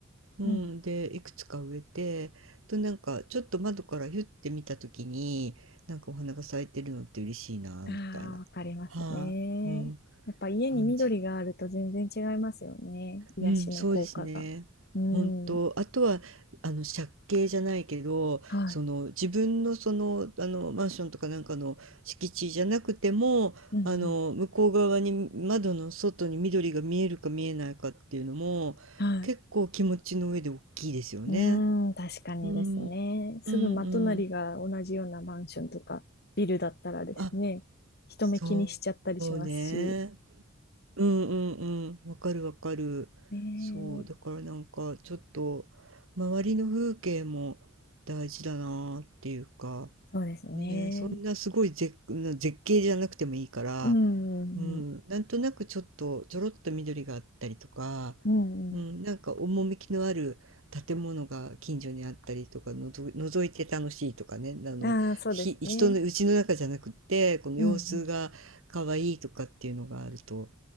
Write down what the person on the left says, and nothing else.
うん、うん。
ああ、わかりますね。
やっぱ家に緑があると全然違いますよね。
癒しの効果が。
うん。
はい。
うん、うん。
はい。
うーん、確かにですね。
すぐ真隣が同じようなマンションとかビルだったらですね、
人目気にしちゃったりしますし。
ね
え、
そうですね。
うん、うん、
うん。
うんうん
ああ、そうですね。
うん、うん。